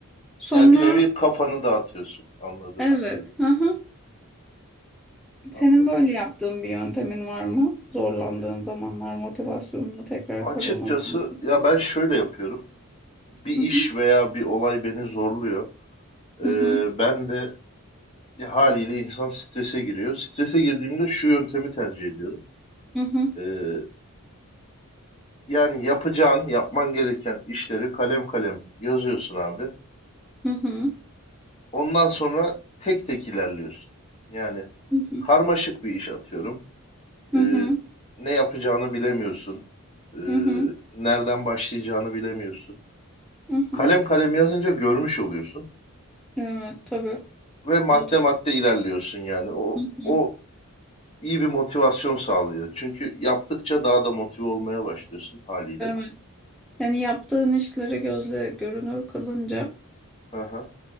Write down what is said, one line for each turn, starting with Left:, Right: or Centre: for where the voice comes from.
Centre: Sonra
Left: Yani bir nevi kafanı dağıtıyorsun anladığım
Centre: evet,
Left: kadarıyla.
Centre: hı. hı.
Left: Anladım.
Centre: Senin böyle yaptığın bir yöntemin var mı? Zorlandığın
Left: E,
Centre: zamanlar motivasyonunu tekrar
Left: Açıkçası
Centre: kazanabilmek için.
Left: ya ben şöyle yapıyorum. Bir iş
Centre: Hı hı.
Left: veya bir olay beni zorluyor. Ee,
Centre: Hı hı.
Left: ben de Ya haliyle insan strese giriyor. Strese girdiğimde şu yöntemi tercih ediyorum.
Centre: Hı hı.
Left: Ee, yani yapacağın, yapman gereken işleri kalem kalem yazıyorsun abi.
Centre: Hı hı.
Left: Ondan sonra tek tek ilerliyorsun. Yani
Centre: Hı hı.
Left: karmaşık bir iş atıyorum.
Centre: Hı
Left: Ee,
Centre: hı.
Left: ne yapacağını bilemiyorsun. Ee,
Centre: Hı hı.
Left: nereden başlayacağını bilemiyorsun.
Centre: Hı hı.
Left: Kalem kalem yazınca görmüş oluyorsun
Centre: Evet, tabii.
Left: ve madde
Centre: Not et.
Left: madde ilerliyorsun yani. O
Centre: Hı hı.
Left: o iyi bir motivasyon sağlıyor. Çünkü yaptıkça daha da motive olmaya başlıyorsun haliyle.
Centre: Evet. Yani yaptığın işleri gözle görünür kılınca
Left: Hı hı.